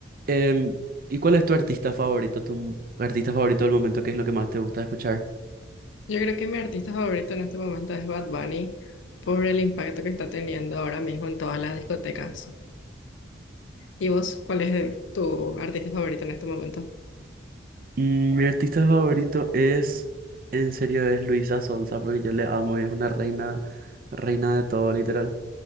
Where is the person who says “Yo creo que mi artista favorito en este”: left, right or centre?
Left